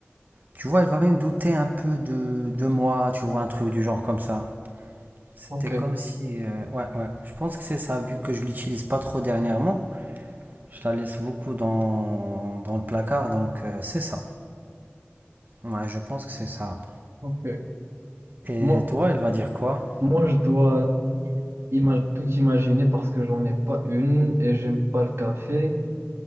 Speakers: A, on the right; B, on the right.
A: tu vois, elle va même douter un peu de, de moi, tu vois, un truc du genre comme ça. C'était
B: Ok,
A: comme si, euh, ouais, ouais. Je pense que c'est ça, vu que je l'utilise pas trop dernièrement. Je la laisse beaucoup dans, dans le placard, donc euh, c'est ça. Ouais, je pense que c'est ça.
B: ok.
A: Et
B: Moi,
A: toi, elle va dire quoi?
B: moi, je dois ima- tout imaginer parce que j'en ai pas une et j'aime pas le café.